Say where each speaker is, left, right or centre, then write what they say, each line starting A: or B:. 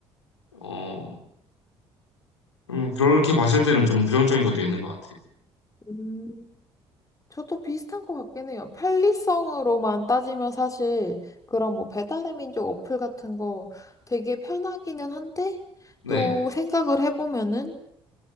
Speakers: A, on the left; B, on the left.
A: 어 음, 그렇게 봤을 때는 좀 부정적인 것도 있는 것 같아요.
B: 음. 저도 비슷한 것 같긴 해요. 편리성으로만 따지면 사실 그런 뭐 배달의 민족 어플 같은 거 되게 편하기는 한데
A: 네.
B: 또 생각을 해보면은